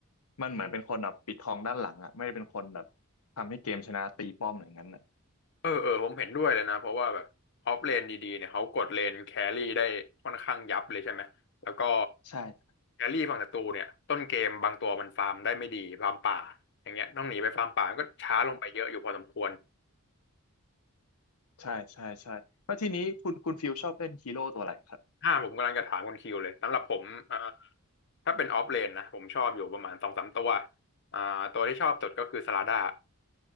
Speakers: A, on the left; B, on the left.
A: มันเหมือนเป็นคนแบบปิดทองด้านหลังอ่ะไม่ได้เป็นคนแบบทำให้เกมชนะตีป้อมอย่างนั้นอ่ะ
B: เออเออผมเห็นด้วยเลยนะเพราะว่าแบบออฟเลนดีๆเนี่ยเขากดเลนแครี่ได้ค่อนข้างยับเลยใช่ไหมแล้วก็
A: ใช่
B: แครี่ฝั่งศัตรูเนี่ยต้นเกมบางตัวมันฟาร์มได้ไม่ดีฟาร์มป่าอย่างเงี้ยต้องหนีไปฟาร์มป่าก็ช้าลงไปเยอะอยู่พอสมควร
A: ใช่ใช่ใช่แล้วทีนี้คุณคุณฟิลชอบเล่นฮีโร่ตัวอะไรครับ
B: อ่าผมกำลังจะถามคุณคิวเลยสำหรับผมอ่าถ้าเป็นออฟเลนนะผมชอบอยู่ประมาณสองสามตัวอ่าตัวที่ชอบสุดก็คือสลาด้า